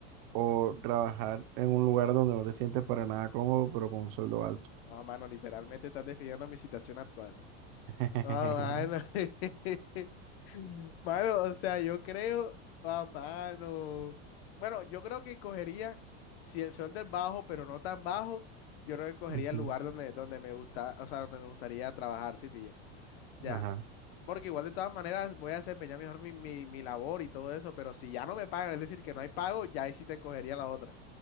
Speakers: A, on the right; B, on the left.
A: o trabajar en un lugar donde no te sientes para nada cómodo, pero con un sueldo alto?
B: ah, mano, literalmente estás definiendo mi situación actual.
A: <laughs>
B: No, mano. <laughs> Mano, o sea, yo creo, ah, mano. Bueno, yo creo que escogería, si el sol del bajo, pero no tan bajo, yo creo que escogería
A: Ujú,
B: el lugar donde, donde me gusta, o sea, donde me gustaría trabajar, si pilla. Ya.
A: Ajá.
B: Porque igual de todas maneras voy a desempeñar mejor mi, mi, mi labor y todo eso, pero si ya no me pagan, es decir, que no hay pago, ya ahí sí te cogería la otra.